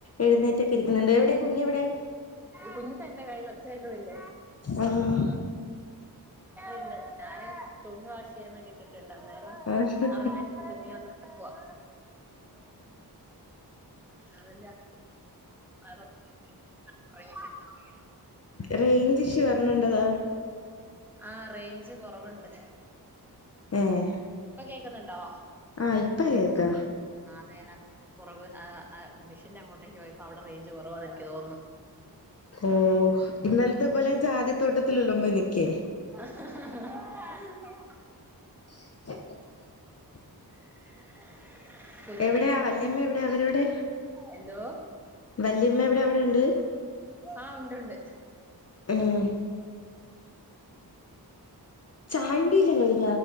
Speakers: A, on the left (about 40°); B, in the centre.
A: എഴുന്നേറ്റൊക്കെ ഇരിക്കുന്നുണ്ട് എവിടെ കുഞ്ഞെവിടെ
B: കുഞ്ഞിതാ എൻ്റെ കയ്യിൽ ഒച്ച കേക്കുന്നില്ലേ
A: ആഹ്
B: ഇണ്ട് ഞാന് തുണി വാഷ് ചെയ്യാൻ വേണ്ടിട്ടിട്ട്ണ്ട് അന്നേരം
A: ആഹ്
B: അവനെ കൊണ്ടന്നു ഞാൻ നടക്കുവാ അവൻ രാത്രി ആകെ പത്ത് മിനിട്ട് ഉറങ്ങീട്ടുള്ളു
A: റേഞ്ച് <unintelligible>
B: ആ റേഞ്ച് കൊറവ്ണ്ട്.
A: ഏഹ്
B: ഇപ്പൊ കേ ക്കുന്നുണ്ടോ
A: ആഹ് ഇപ്പ കേക്കാ
B: അത് ഞാനാ പുറക് ആഹ് മെഷീന്റെ അങ്ങോട്ടേക്ക് പോയപ്പോ അവിടെ റേഞ്ച് കുറവാന്ന് എനിക്ക് തോന്നുന്നു
A: ഓഹ് ഇന്നലത്തെ പോലെ ജാതിത്തോട്ടത്തിലല്ലും പോയി നിക്ക്
B: ഹ ഹ ഹ
A: <inaudible>
B: <inaudible> കുഞ്ഞെന്നിട്ട്
A: എവിടെയാ വല്യമ്മ എവിടെ അവരെവിടെ
B: എന്തോ
A: വല്യമ്മ എവിടെ അവിടെ ഉണ്ട്
B: ആ ഉണ്ടുണ്ട്
A: ഉം ചായകുടിയെല്ലാം കഴിഞ്ഞ്